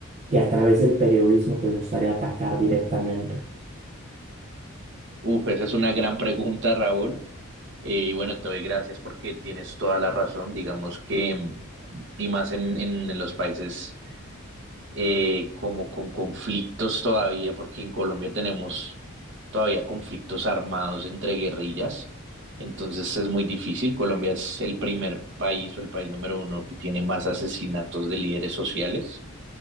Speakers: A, on the right; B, on the right.
A: que a través del periodismo te gustaría atacar directamente?
B: Uf, esa es una gran pregunta, Raúl. Eh, y bueno, te doy gracias porque tienes toda la razón. Digamos que, mm, y más en, en, en los países eh, como con conflictos todavía, porque en Colombia tenemos todavía conflictos armados entre guerrillas. Entonces es muy difícil. Colombia es el primer país o el país número uno que tiene más asesinatos de líderes sociales.